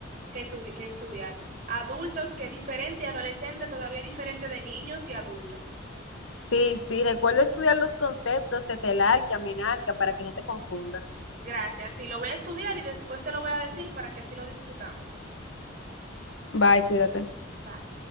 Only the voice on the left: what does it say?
Sí, sí, recuerda estudiar los conceptos de telar, que para que no te confundas.
Bye, cuídate.